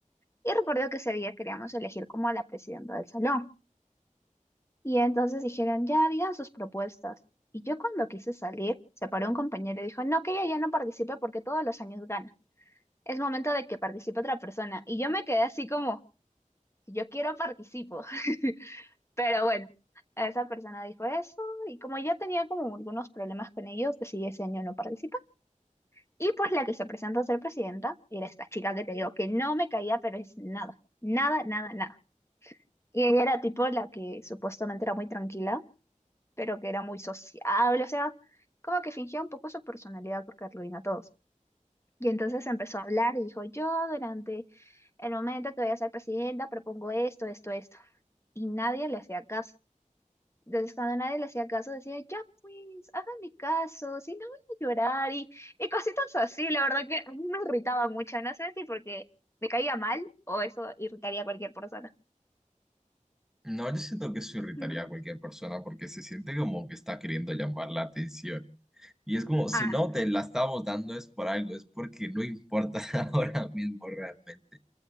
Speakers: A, on the left; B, in the centre.
A: Y recuerdo que ese día queríamos elegir como a la presidenta del salón. Y entonces dijeron, ya digan sus propuestas. Y yo cuando quise salir, se paró un compañero y dijo, no, que ella ya no participe porque todos los años gana. Es momento de que participe otra persona. Y yo me quedé así como, si yo quiero participo. <laughs> Pero bueno, esa persona dijo eso y como ya tenía como algunos problemas con ellos, decidí ese año no participar. Y pues la que se presentó a ser presidenta era esta chica que te digo que no me caía, pero es nada, nada, nada, nada. Y ella era tipo la que supuestamente era muy tranquila, pero que era muy sociable, o sea, como que fingía un poco su personalidad porque arruina a todos. Y entonces empezó a hablar y dijo, yo durante el momento que voy a ser presidenta propongo esto, esto, esto. Y nadie le hacía caso. Entonces, cuando nadie le hacía caso, decía, ya pues, hágame caso, si no voy a llorar y, y cositas así. La verdad que a mí me irritaba mucho, no sé si porque me caía mal o eso irritaría a cualquier persona.
B: No, yo siento que eso irritaría
A: Mm.
B: a cualquier persona porque se siente como que está queriendo llamar la atención. Y es como, si
A: Ah,
B: no te la estamos dando es por algo, es porque no importa <laughs> ahora mismo realmente.